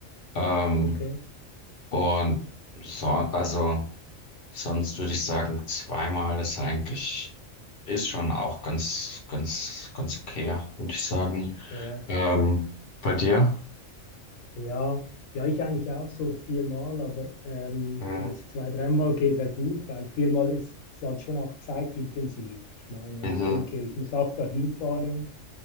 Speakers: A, on the left (about 55°); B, on the left (about 85°).
A: Ähm,
B: Okay.
A: und so, also, sonst würde ich sagen, zweimal ist eigentlich, ist schon auch ganz, ganz, ganz okay, würde ich sagen.
B: Ja,
A: Ähm, bei dir?
B: ja, ja, ich eigentlich auch so viermal, aber ähm,
A: Mhm.
B: wenn es zwei, dreimal geht, wäre gut, weil viermal ist, ist halt schon auch zeitintensiv. Ich meine, wenn
A: Mhm.
B: ich denke, ich muss auch dahin fahren